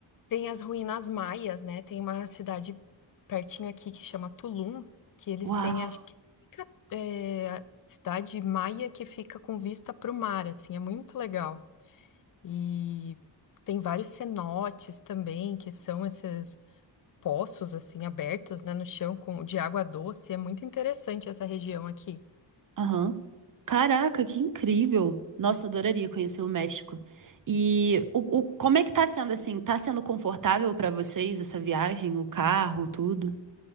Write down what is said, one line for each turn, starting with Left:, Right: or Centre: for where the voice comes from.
Left: Tem as ruínas maias, né? Tem uma cidade pertinho aqui que chama Tulum, que eles
Right: Uau!
Left: têm, acho que fica, é, a cidade maia que fica com vista para o mar, assim, é muito legal. E tem vários cenotes também, que são esses poços, assim, abertos, né, no chão com, de água doce. É muito interessante essa região aqui.
Right: Aham. Caraca, que incrível! Nossa, eu adoraria conhecer o México. E o, o- como é que tá sendo assim? Tá sendo confortável pra vocês essa viagem, o carro, tudo?